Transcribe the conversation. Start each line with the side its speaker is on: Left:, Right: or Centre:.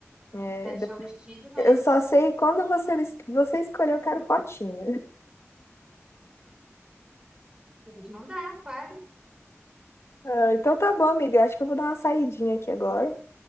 Left: É,
Right: até achar
Left: depois.
Right: o vestido, mas
Left: Eu só sei quando você, es- você escolher, eu quero fotinho.
Right: eu vou te mandar, claro.
Left: Ah, <laughs> então tá bom, amiga. Eu Acho que eu vou dar uma saidinha aqui agora.